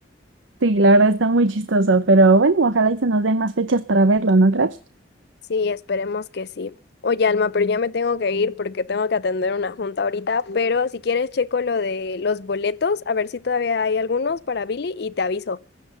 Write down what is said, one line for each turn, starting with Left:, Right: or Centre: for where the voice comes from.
Right: Sí, la verdad está muy chistoso, pero bueno, ojalá y se nos den más fechas para verlo, ¿no crees?
Left: Sí, esperemos que sí. Oye, Alma, pero ya me tengo que ir porque tengo que atender una junta ahorita, pero si quieres checo lo de los boletos, a ver si todavía hay algunos para Billy y te aviso.